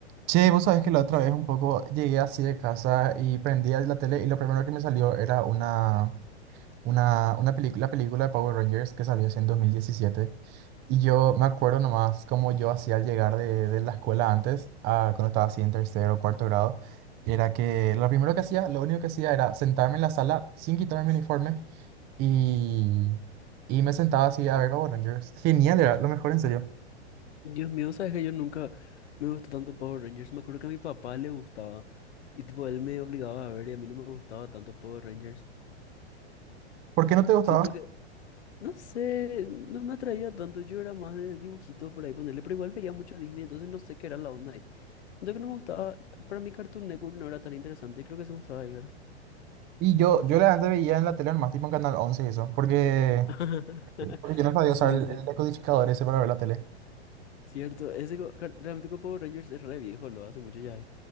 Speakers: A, on the right (about 30°); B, on the left (about 80°).
A: Che, vos sabés que la otra vez un poco llegué así de casa y prendí la tele y lo primero que me salió era una, una, una película, la película de Power Rangers que salió así en dos mil diecisiete Y yo me acuerdo nomás como yo hacía al llegar de, de la escuela antes, ah, cuando estaba así en tercero o cuarto grado, era que lo primero que hacía, lo único que hacía era sentarme en la sala sin quitarme mi uniforme y, y me sentaba así a ver Power Rangers. Genial, era lo mejor en serio.
B: Dios mío, sabes que yo nunca me gustó tanto Power Rangers. Me acuerdo que a mi papá le gustaba y tipo él me obligaba a ver y a mí no me gustaba tanto Power Rangers.
A: ¿Por qué no te gustaba?
B: Siento que, no sé, no me atraía tanto. Yo era más de dibujitos por ahí ponerle, pero igual veía mucho Disney, entonces no sé qué era la onda ahí. Siento que no me gustaba, para mí Cartoon Network no era tan interesante, creo que se mostraba ahí, ¿verdad?
A: Y yo, yo la antes veía en la tele nomás, tipo en Canal 11 y eso, porque,
B: <laughs>
A: porque yo no sabía
B: Sí,
A: usar el,
B: sí,
A: el decodificador ese para ver la tele.
B: cierto. Ese co- car- realmente con Power Rangers es re viejo, lo hace mucho ya. ¿eh?